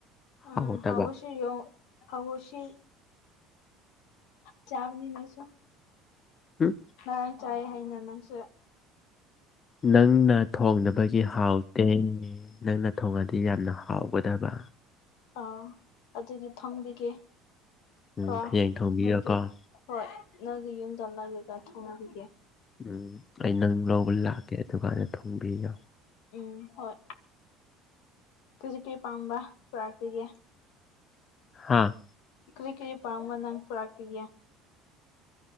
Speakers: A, on the left; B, on the left.
A: ꯎꯝ
B: ꯍꯥꯎꯇꯕ
A: ꯍꯥꯎ ꯏꯁ ꯆꯤꯌꯣ ꯍꯧꯎꯁꯤ ꯆꯥꯕꯅꯤ ꯅꯁꯨ
B: ꯎꯝ
A: ꯅꯔꯥꯡ ꯆꯥꯏ ꯍꯥꯏꯅ ꯅꯪꯁꯨ
B: ꯅꯪꯅ ꯊꯣꯡꯅꯕꯒꯤ ꯍꯥꯎꯇꯦ ꯅꯪꯅ ꯊꯣꯡꯉꯗꯤ ꯌꯥꯝꯅ ꯍꯥꯎꯒꯗꯕ
A: ꯑꯥ ꯑꯗꯨꯒꯤ ꯊꯣꯡꯕꯤꯒꯦ
B: ꯎꯝ
A: ꯀꯣ
B: ꯍꯌꯦꯡ ꯊꯣꯡꯕꯤꯌꯣꯀꯣ
A: ꯅꯣꯏꯒꯤ ꯍꯣꯏ ꯅꯪꯒꯤ ꯌꯨꯝꯗꯅꯔꯒ ꯊꯣꯡꯅꯕꯤꯒꯦ
B: ꯎꯝ ꯑꯩ ꯅꯪ ꯂꯧꯕ ꯂꯥꯛꯀꯦ ꯑꯗꯨꯒꯗ ꯊꯣꯡꯕꯤꯌꯣ
A: ꯎꯝ ꯍꯣꯏ ꯀꯖꯤ ꯀꯤ ꯄꯥꯝꯕ ꯄꯨꯔꯥꯛꯄꯤꯒꯦ
B: ꯍꯥꯥ
A: ꯀꯔꯤ ꯀꯔꯤ ꯄꯥꯝꯕ ꯅꯪ ꯄꯨꯔꯛꯄꯤꯒꯦ